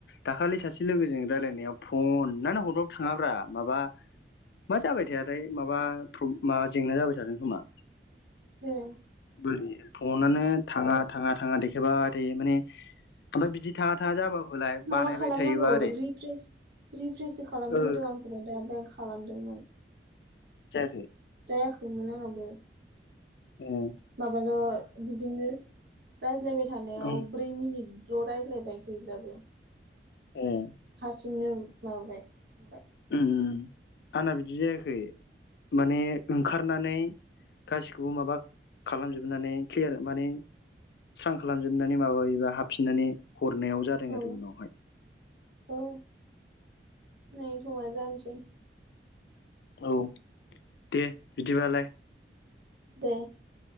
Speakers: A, on the left; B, on the right.
A: दाखालि सासे लोगोजों रायलायनायाव फनानो हरबाबो थाङाब्रा माबा मा जाबाय थायाथाय माबा फ्र माबा जेंना जाबाय थादों खोमा।
B: ए।
A: बोरै फनानो थाङा थाङा थाङा देखायबाय थायो माने आमफ्राय बिदि थाङा थाङा जाबाबोलाय
B: माबा
A: बानायबाय
B: खालामनांगौ
A: थायोबा ओरै
B: रिफ्रेस रिफ्रेससो खालामनो
A: ओ
B: होदों आं‌ खौबो, दा ओमफाय आं खालामदोंमोन।
A: जायाखै?
B: जायाखैमोन आंनाबो।
A: एह।
B: माबाल' बिजोंनो रायज्लायबाय थानायाव
A: ए
B: ब्रै मिनिटल' रायज्लायबाय गैलाबो।
A: एह।
B: हारसिंनो माबाबाय थांबाय।
A: उम उम उम आंना बिदि जायाखै माने ओंखारनानै गासिखौबो माबा खालामजोबनानै क्लियार माने स्रां खालामजोबनानै माबायोबा हाबफिननानै हरनायाव जादों।
B: औ
A: आरो उनावहाय
B: औ नै समा जानोसै।
A: औ दे बिदिबालाय।
B: दे।